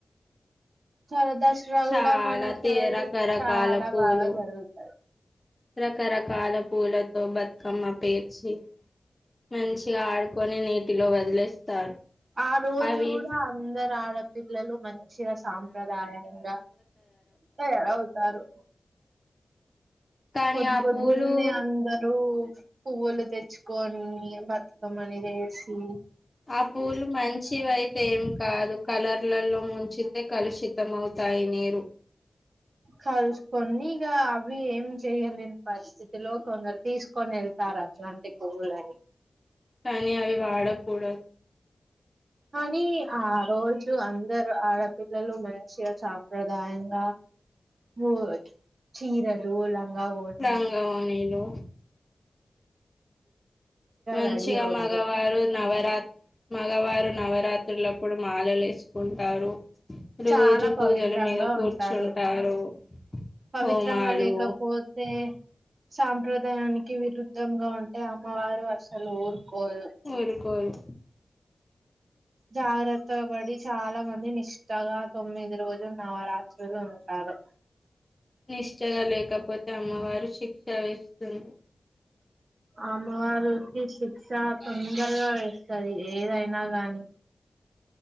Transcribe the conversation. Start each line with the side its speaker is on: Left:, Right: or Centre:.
Right: సర దస్ రా
Left: చాలా
Right: కూడా మన
Left: తే
Right: శైడు
Left: రకరకాల
Right: చాలా
Left: పూలు
Right: బాగా జరుగుతంది.
Left: రకరకాల పూలతో బతుకమ్మ పేర్చి మంచిగా ఆడుకొని నీటిలో వదిలేస్తారు.
Right: ఆ రోజు
Left: అవి
Right: కూడా అందరు ఆడపిల్లలు మం చిగా సాంప్రదాయంగా తయారవుతారు.
Left: కానీ
Right: పొద్దు
Left: ఆ
Right: పొద్దున్నే
Left: పూలు
Right: అందరు రు పువ్వులు తెచ్చుకొని బతుకమ్మని దేసి
Left: ఆ పూలు మంచివియితే ఏ కాదు కలర్లలో ముంచితే కలుషితం అవుతాయి నీరు
Right: కలుసుకొని ఇగ అవి ఏం చేయలేని పరిస్థితిలో కొందరు తీసు కొని వెళ్తారు అట్లాంటి పూల్ని
Left: కానీ అవి వాడకుడదు
Right: కానీ ఆ రోజు అందరు ఆడపిల్లలు మంచిగా సాంప్రదాయంగా మోగి చీరలు లంగా వో
Left: లంగావోణిలు మంచిగా
Right: రెడీ అవుతారు
Left: మగవారు నవరా మగవారు నవరాత్రులప్పుడు మాలలు వేసుకుంటారు. రోజు
Right: చాలా
Left: పూజల
Right: పవిత్రంగా
Left: మీద కూర్చుంటారు.
Right: ఉంటారు పవిత్రంగా
Left: హోమాలు
Right: లేకపోతే సాంప్రదాయానికి విరుద్ధంగా ఉంటే అమ్మవారు అసలు ఊరుకోదు.
Left: ఊరుకోరు
Right: జాగ్రత్త పడి చాలా మంది నిష్ట కొత్తగా తొమ్మిది రోజులు నవరాత్రులు ఉంటారు.
Left: నిష్టగా లేకపోతే అమ్మవారు శిక్ష వేస్తుంది.
Right: అ అమ్మవారికి శిక్ష తొందరగా వేస్తది ఏదైనా గాని